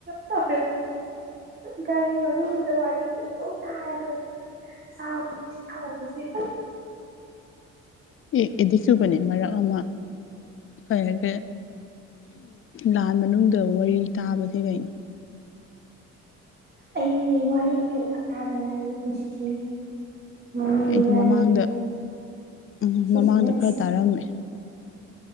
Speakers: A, on the right; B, on the left.
A: ꯇꯧꯔꯦ ꯒꯥꯔꯤ ꯃꯅꯨꯡ ꯋꯥꯔꯤꯔꯤ ꯁꯤꯗ ꯇꯥꯔ ꯆꯥꯎꯥꯎ ꯁꯥꯎꯁꯦ
B: ꯑꯦꯗꯤꯛ ꯆꯨꯕꯅꯤ ꯃꯔꯛ ꯑꯃ ꯀꯩ ꯍꯥꯏꯒꯦ ꯂꯥꯟ ꯃꯅꯨꯡꯗ ꯋꯥꯔꯤ ꯇꯥꯕꯁꯦ ꯀꯩꯅꯣ
A: ꯑꯩ ꯋꯥꯔꯤ ꯑꯅꯤꯈꯛ ꯇꯥꯗꯉꯥꯏꯌꯦ ꯄꯨꯟꯁꯤꯁꯤ ꯃꯃꯤꯒ
B: ꯑꯩꯗꯤ ꯃꯃꯥꯡꯗ
A: ꯌꯦ
B: ꯎꯝ
A: ꯁꯤꯁꯤꯒ
B: ꯃꯃꯥꯡꯗ ꯈꯔ ꯇꯥꯔꯝꯃꯦ